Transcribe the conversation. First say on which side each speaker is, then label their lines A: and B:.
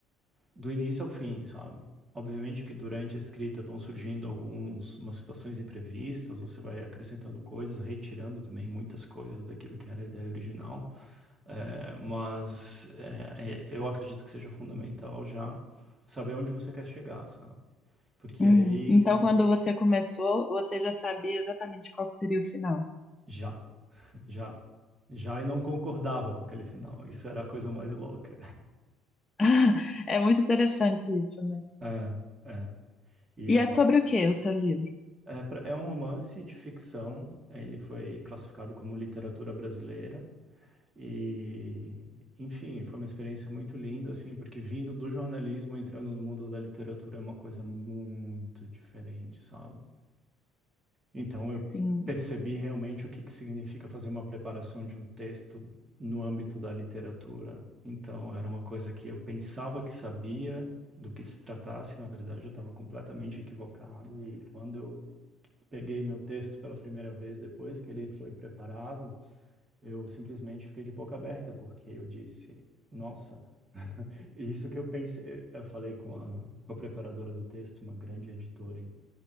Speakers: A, on the right (about 30°); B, on the left (about 20°).
A: do início ao fim, sabe? Obviamente que durante a escrita vão surgindo algumas situações imprevistas, você vai acrescentando coisas, retirando também muitas coisas daquilo que era a ideia original, eh, mas eh, eh, eu acredito que seja fundamental já saber onde você quer chegar, sabe? Porque
B: Uhum.
A: é aí,
B: Então,
A: se você
B: quando você começou, você já sabia exatamente qual que seria o final.
A: já, já, já e não concordava com aquele final, isso era a coisa mais louca.
B: <laughs> É muito interessante isso, né?
A: É, é. E
B: E é sobre o que o seu livro?
A: É, pra- é um romance de ficção, ele foi classificado como literatura brasileira e, enfim, foi uma experiência muito linda, assim, porque vindo do jornalismo, entrando no mundo da literatura é uma coisa muito diferente, sabe? Então eu
B: Sim.
A: percebi realmente o que que significa fazer uma preparação de um texto no âmbito da literatura. Então era uma coisa que eu pensava que sabia do que se tratasse, na verdade eu estava completamente equivocado e quando eu peguei meu texto pela primeira vez depois que ele foi preparado, eu simplesmente fiquei de boca aberta, porque eu disse, nossa, <laughs> isso que eu pensei, eu falei com a, com a preparadora do texto, uma grande editora,